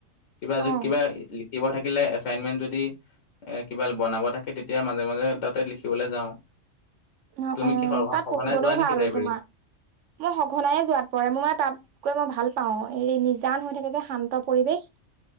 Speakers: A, on the left (about 75°); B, on the right (about 75°).
A: কিবা যদি
B: অ',
A: কিবা লিখিব থাকিলে এচাইনমেন্ট যদি এ কিবা বনাব থাকে তেতিয়া মাজে-মাজে তাতে লিখিবলৈ যাওঁ।
B: অহ',
A: তুমি
B: অহ'।
A: কি সঘ-
B: তাত
A: সঘনাই
B: পঢ়িবলৈও
A: যোৱা নেকি
B: ভাল
A: লাইব্ৰেৰী?
B: তোমাৰ। মই সঘনাইে যোৱাত পৰে, মোৰ মানে তাত গৈ মই ভাল পাওঁ। হেৰি নিজান হৈ থাকে যে, শান্ত পৰিৱেশ।